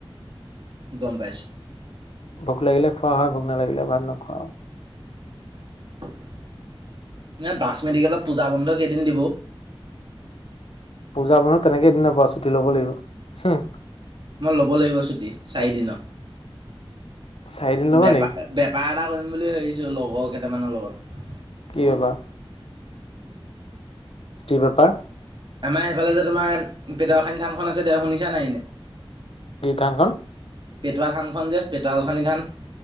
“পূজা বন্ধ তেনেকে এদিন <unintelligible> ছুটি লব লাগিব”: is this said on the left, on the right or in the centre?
Left